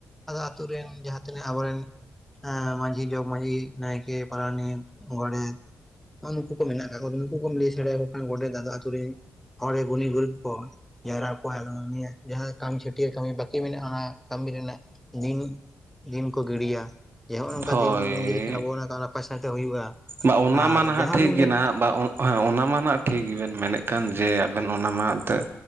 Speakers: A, in the centre; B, on the right.
A: ᱟᱫᱚ ᱟᱛᱩᱨᱮᱱ ᱡᱟᱦᱟᱸᱛᱤᱱᱟᱹᱜ ᱟᱵᱚᱨᱮᱱ ᱢᱟᱺᱡᱷᱤ ᱡᱚᱜᱽᱢᱟᱺᱡᱷᱤ ᱱᱟᱭᱠᱮ ᱯᱟᱨᱟᱱᱤᱠ ᱜᱚᱰᱮᱛᱽ ᱱᱚᱜ ᱱᱩᱠᱩ ᱠᱚ ᱢᱮᱱᱟᱜ ᱠᱟᱜ ᱠᱚᱫᱚ ᱱᱩᱠᱩ ᱠᱚᱢ ᱞᱮᱭ ᱥᱟᱲᱮᱭᱟᱠᱚ ᱠᱷᱟᱱ ᱜᱚᱰᱮᱛ ᱟᱫᱚ ᱟᱛᱩᱨᱮᱱ ᱦᱚᱲᱮ ᱜᱩᱱᱤ ᱜᱩᱨᱤᱯ ᱠᱚᱣᱟ ᱡᱟᱣᱨᱟ ᱠᱚᱣᱟᱭ ᱟᱫᱚ ᱩᱱᱤᱭᱟᱜ ᱡᱟᱦᱟᱸ ᱠᱟᱹᱢᱤ ᱪᱷᱟᱹᱴᱭᱟᱹᱨ ᱠᱟᱹᱢᱤ ᱵᱟᱹᱠᱤ ᱢᱮᱱᱟᱜᱼᱟ ᱚᱱᱟ ᱠᱟᱹᱢᱤ ᱨᱮᱱᱟᱜ ᱫᱤᱱ ᱫᱤᱱ ᱠᱚ ᱜᱤᱲᱤᱭᱟ ᱡᱮ ᱱᱚᱜᱼᱚᱭ ᱱᱚᱝᱠᱟ
B: ᱦᱳᱭ
A: ᱫᱤᱱ ᱵᱚᱱ ᱤᱭᱟ ᱞᱮᱠᱷᱟᱱ ᱟᱵᱚᱭᱟᱜ ᱱᱟᱜᱟᱢ ᱱᱟᱯᱟᱭ ᱥᱚᱣᱛᱮ ᱦᱩᱭᱩᱜᱼᱟ᱾
B: ᱵᱟ ᱚᱱᱟ
A: ᱟᱨ
B: ᱢᱟ ᱱᱟᱦᱟᱜ
A: ᱡᱟᱦᱟᱸ
B: ᱴᱷᱤᱠ
A: ᱵᱤᱱ
B: ᱜᱮᱭᱟ
A: ᱞᱟᱹᱭ
B: ᱱᱟᱦᱟᱜ ᱵᱟ ᱦᱮᱸ ᱚᱱᱟ ᱢᱟ ᱱᱟᱜ ᱴᱷᱤᱠ ᱜᱤᱵᱮᱱ ᱢᱮᱱᱮᱜ ᱠᱟᱱ ᱡᱮ ᱟᱵᱮᱱ ᱚᱱᱟ ᱢᱟ ᱮᱱᱛᱮᱜ